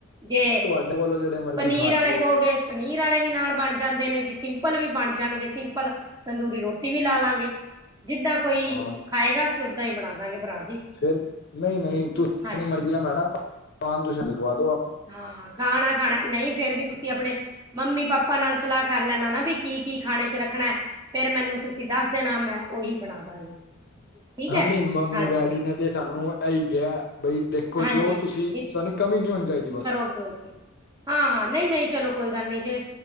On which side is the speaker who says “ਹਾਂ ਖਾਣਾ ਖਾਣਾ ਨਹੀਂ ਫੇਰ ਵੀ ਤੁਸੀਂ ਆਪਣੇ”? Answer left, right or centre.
Right